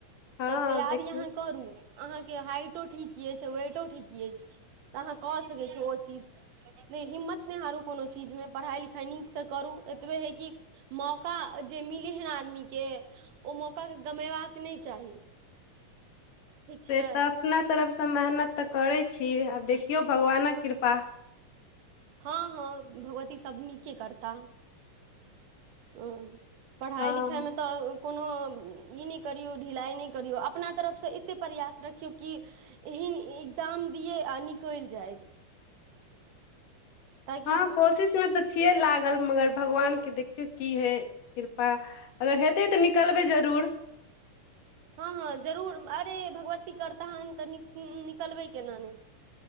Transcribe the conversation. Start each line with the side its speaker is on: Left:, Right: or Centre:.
Left: हँ
Right: तऽ तैयारी
Left: देखियौ
Right: अहाँ करू। अहाँके हाइटो ठीक ऐछ, वेटो ठीक ऐछ, तऽ अहाँ कऽ सकै छी ओ चीज नै हिम्मत नै हारू कोनो चीजमे पढ़ाइ लिखाइ नीक से करू एतबे हय कि मौका जे मिलै हय नै आदमीके ओ मौकाके गमेबाक नै चाही। ठीक छै
Left: से तऽ अपना तरफ से त मेहनत तऽ करै छी आब देखियौ भगवानक कृपा।
Right: हां- हां भगवती सब नीके करता। हां पढ़ाई
Left: हँ
Right: लिखाई मे तऽ कोनो ई नै करियौ ढिलाइ नै करियौ अपना तरफ से एतेक प्रयास रखियौ कि एहन इग्जाम दियै आ निकैल जाय। ताकि
Left: हां कोशिश में तऽ छियै लागल। मगर भगवानके देखियौ की हय कृपा अगर हेतै तऽ निकलबै जरूर।
Right: हां -हां जरूर अरे भगवती करताहन तऽ नि उम्म निकलबै केना नै।